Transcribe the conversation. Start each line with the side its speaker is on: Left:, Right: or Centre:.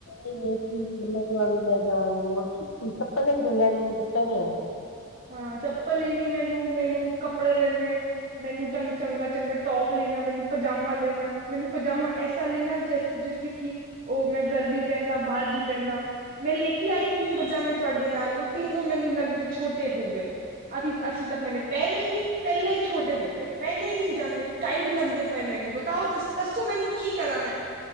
Left: ਨਹੀਂ-ਨਹੀਂ ਮੈਂ ਤੁਹਾਨੂੰ ਲੈ ਜਾਵਾਂਗੀ, ਮੋਚੀ ਚਪਲ ਹੀ ਲੈਣੀ ਐ ਪੁੱਤਰ।
Right: ਹਾਂ ਚੱਪਲ ਲੈਣੀ ਮੈਨੂੰ, ਮੈਨੂੰ ਕੱਪੜੇ ਲੈਣੇ। ਮੈਨੂੰ ਚੰਗਾ-ਚੰਗਾ ਟੌਪ ਲੈਣਾ, ਮੈਨੂੰ ਪਜਾਮਾ ਲੈਣਾ, ਮੈਨੂੰ ਪਜਾਮਾ ਐਸਾ ਲੈਣਾ ਜੈਸ ਜਿਸੇ ਕਿ ਉਹ ਮੈਂ ਘਰ ਵੀ ਪਹਿਨਾ, ਬਾਹਰ ਵੀ ਪਹਿਨਾ। ਮੈਂ ਲੇ ਕੇ ਆਈ ਤਿੰਨ ਪਜਾਮੇ ਤੁਹਾਡੇ ਨਾਲ, ਉਹ ਤਿੰਨੋ ਮੈਨੂੰ ਲੱਗਦੇ ਛੋਟੇ ਹੋ ਗਏ। ਅਸੀ ਅਸੀ ਤਾਂ ਮੈਨੇ ਪਹਿਣੇ ਹੀ ਨਈ। ਪੈਲਾ ਹੀ ਛੋਟੇ ਹੋ ਗਏ, ਪਹਿਣੇ ਹੀ ਨਈ ਜਾਂਦੇ। ਟਾਈਟ ਲੱਗਦੇ ਪਏ ਮੈਨੂੰ, ਬਤਾਓ ਦੱਸੋ ਮੈਨੂੰ ਕੀ ਕਰਾਂ ਮੈਂ।